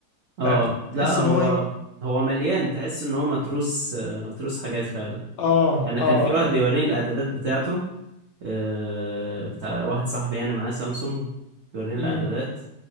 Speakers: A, on the right; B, on the left.
A: اه
B: بقى بتحس
A: لا هو
B: ان هو ايه
A: هو مليان تحس ان هو متروس آه، متروس حاجات فعلا
B: اه
A: يعني
B: اه
A: كان في واحد
B: آه،
A: بيوريني الاعدادات بتاعته آه، بتاع واحد صاحبي يعني معاه سامسونج بيوريني
B: امم
A: الاعدادات